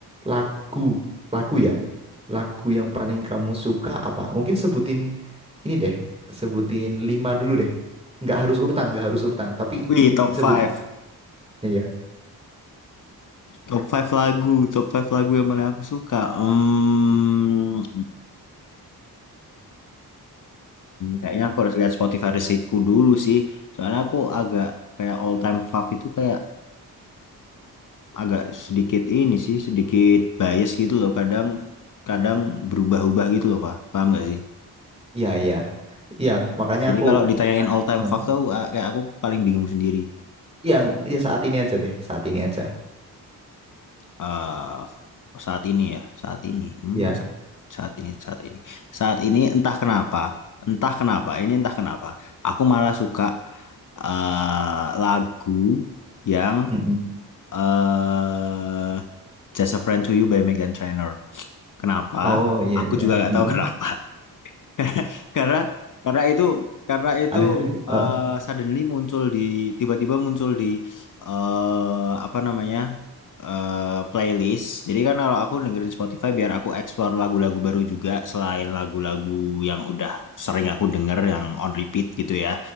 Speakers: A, on the right; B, on the left.
A: lagu lagu ya lagu yang paling kamu suka apa mungkin sebutin ini deh sebutin lima dulu deh nggak harus urutan nggak harus urutan tapi
B: Wih, top
A: sebutin
B: five
A: iya
B: Top five lagu, top five lagu yang paling aku suka. Hmm. <laughs> Kayaknya aku harus lihat Spotify receipt-ku dulu sih. Soalnya aku agak kayak all time fav itu kayak agak sedikit ini sih, sedikit bias gitu loh. Kadang kadang berubah-ubah gitu loh, Pak. Paham nggak sih?
A: iya iya iya makanya
B: Jadi
A: aku
B: kalau ditanyain all time
A: Hmm.
B: fav tuh ah, kayak aku paling bingung sendiri.
A: yang ya saat ini aja deh saat ini aja
B: Eh, saat ini ya, saat ini. Hmm,
A: Iya.
B: sa- saat ini, saat ini. Saat ini entah kenapa, entah kenapa, ini entah kenapa. Aku malah suka eh, lagu yang
A: Mm-mm.
B: eh Just a Friend to You by Meghan Trainor. Kenapa?
A: Oh iya
B: Aku
A: iya,
B: juga nggak
A: Mm-mm.
B: tahu kenapa. <laughs> karena karena itu karena itu
A: Aneh juga,
B: eh,
A: Eh,
B: suddenly muncul di tiba-tiba muncul di eh apa namanya eh, playlist. Jadi kan kalau aku dengerin Spotify biar aku explore lagu-lagu baru juga selain lagu-lagu yang udah sering aku denger yang on repeat gitu ya.